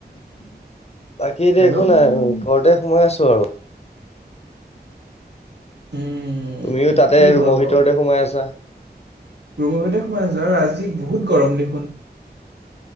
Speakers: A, on the left; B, on the right.
A: <inaudible> বাকী এতিয়া
B: হেল্ল'
A: একো নাই ঘৰতে সোমাই আছো আৰু।
B: উম।
A: তুমিও তাতে
B: কি হ'ব
A: ৰুমৰ ভিতৰতে সোমাই আছা?
B: ৰুমৰ ভিতৰতে সোমাইছো আৰু আজি বহুত গৰম দেখোন।